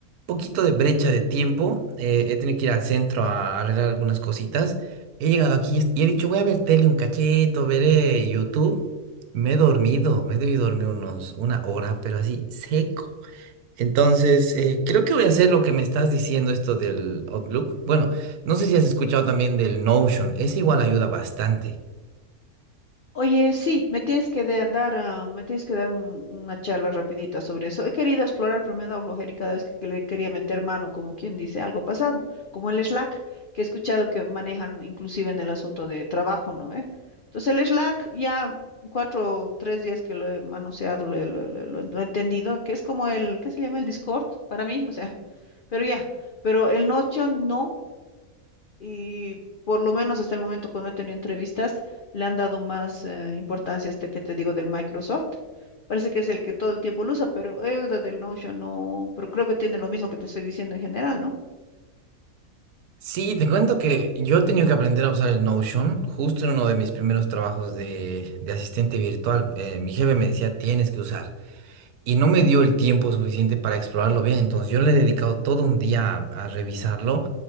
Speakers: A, on the right; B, on the left.
A: un poquito de brecha de tiempo, eh, he tenido que ir al centro a arreglar algunas cositas, he llegado aquí y es- y he dicho, voy a ver tele un cacheto, veré YouTube, me he dormido, me he debido dormir unos, una hora, pero así seco. Entonces, eh, creo que voy a hacer lo que me estás diciendo esto del Outlook. Bueno, no sé si has escuchado también del Notion, ese igual ayuda bastante.
B: Oye, sí, me tienes que de- dar, ah, me tienes que dar un- una charla rapidita sobre eso. He querido explorar, pero me ha dado flojera y cada vez que, que le quería meter mano, como quien dice, algo pasado, como el Slack, que he escuchado que manejan inclusive en el asunto de trabajo, ¿no ve? Entonces el Slack, ya cuatro, tres días que lo he manoseado, lo, he- lo- lo- lo- lo he entendido, que es como el, ¿qué se llama? El Discord para mí, o sea, pero ya, pero el Notion no y por lo menos hasta el momento cuando he tenido entrevistas, le han dado más eh, importancia a este que te digo del Microsoft. Parece que es el que todo el tiempo lo usa, pero he oído del Notion, no, pero creo que tiene lo mismo que te estoy diciendo en general, ¿no?
A: Sí, te cuento que yo he tenido que aprender a usar el Notion justo en uno de mis primeros trabajos de, de asistente virtual. Eh, mi jefe me decía, tienes que usar. Y no me dio el tiempo suficiente para explorarlo bien, entonces yo le he dedicado todo un día a, a revisarlo.